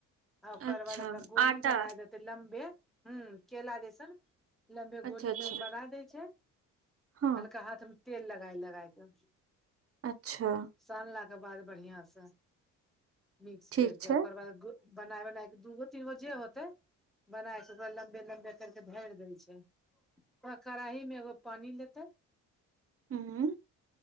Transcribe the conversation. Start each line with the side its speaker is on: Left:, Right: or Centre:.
Centre: आ ओकर
Right: अच्छा
Centre: बाद ओकरा गोली
Right: आटा
Centre: बनाय देतै, लम्बे ह केला जैसन। लम्बे
Right: अच्छा
Centre: गोलीनुमा
Right: अच्छा
Centre: बना देय छै,
Right: हँ
Centre: हल्का हाथमे तेल लगाय लगाय कऽ।
Right: अच्छा।
Centre: सानलाके बाद बढ़िया सँ मिक्स
Right: ठीक
Centre: करि
Right: छै
Centre: कऽ, ओकर बाद। बनाय-बनाय दूगो-तीनगो जे होतै। बना कऽ छै, ओकरा लम्बे लम्बे कऽ कऽ भरि दै छै। तऽ कड़ाहीमे एगो पानि लेते।
Right: हँ।